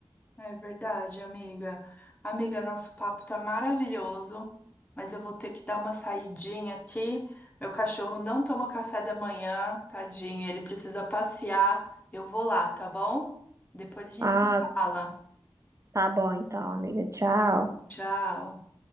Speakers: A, on the left; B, on the right.
A: É verdade, amiga. Amiga, nosso papo tá maravilhoso, mas eu vou ter que dar uma saidinha aqui. Meu cachorro não toma café da manhã, tadinho, ele precisa passear. Eu vou lá, tá bom? Depois a gente
B: Ah,
A: se fala.
B: tá bom então, amiga. Tchau.
A: Tchau.